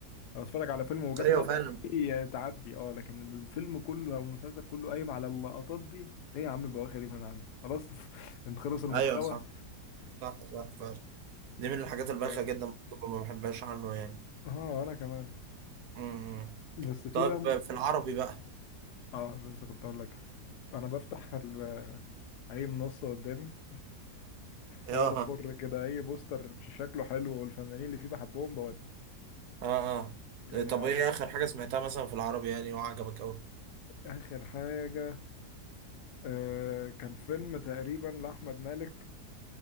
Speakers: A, on the left; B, on the right.
A: او اتفرج على فيلم وجات
B: ايوه
A: لقطه
B: فعلا
A: دي تعدي اه لكن الفيلم كله او المسلسل كله قايم على اللقطات دي ايه يا عم البواخر دي من عندك خلاص <laughs> انت خلص المحتوى
B: ايوه صح صح صح فعلا دي من الحاجات البايخه
A: اه
B: جدا برضو ما بحبهاش عنه يعني
A: آه، انا كمان
B: امم
A: بس في
B: طيب
A: بقى
B: في العربي بقى
A: اه لسه كنت اقول لك انا بفتح ال... آه، اي منصه قدامي
B: اه
A: واقعد افر كده اي بوستر شكله حلو والفنانين اللي فيه بحبهم بودي
B: اه
A: يعني
B: اه طب
A: عادة
B: ايه اخر حاجة سمعتها مثلا في العربي يعني وعجبك اوي
A: آخر حاجة آه كان فيلم تقريبا لأحمد مالك